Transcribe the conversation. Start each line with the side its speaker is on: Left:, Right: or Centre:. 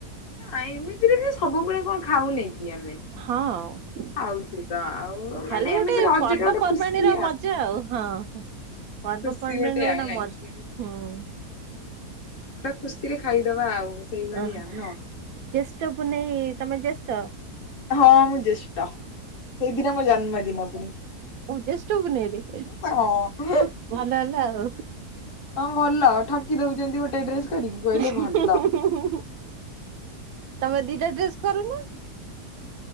Left: ଆ ଏମିତିରେ ବି ସବୁବେଳେ କଣ ଖାଉନେ କି ଆମେ।
Right: ହଁ।
Left: ଖାଉଛେ ତ ଆଉ
Right: ଖାଲି
Left: ମାନେ
Right: ଗୋଟେ
Left: ଏମିତିରେ ରଜ
Right: ପର୍ବପର୍ବାଣି
Left: ଟା ଗୋଟେ ଖୁସି
Right: ର ମଜା ଆଉ ହଁ।
Left: ଖୁସି
Right: ପର୍ବପର୍ବାଣୀ
Left: ଖୁସି ଆଉ
Right: ର ଗୋଟେ
Left: ନାଇଁ
Right: ମ
Left: ସିଏ
Right: ହୁଁ।
Left: ହେଟା ଖୁସି ରେ ଖାଇଦବା ଆଉ। ସେଇଭଳିଆ
Right: ଅ ହ
Left: ନୁହଁ।
Right: ଜେଷ୍ଠ ପୁନେଇ ତମେ ଜେଷ୍ଠ?
Left: ହଁ, ମୁଁ ଜେଷ୍ଟ ସେଇଦିନ ମୋ ଜନ୍ମଦିନ ପାଇଁ
Right: ଓ ଜ୍ୟେଷ୍ଠ ପୁନେଇରେ
Left: ଅଁ
Right: ଭଲ ହେଲା ଆଉ।
Left: ହଁ ଭଲ ଠକି ଦଉଛନ୍ତି ଗୋଟେ ଡ୍ରେସ କରିକି କହିଲେ
Right: ହୁଁ
Left: ଭଲ।
Right: ହୁଁ ହୁଁ ହୁଁ ତମେ ଦିଟା ଡ୍ରେସ୍ କରୁନ?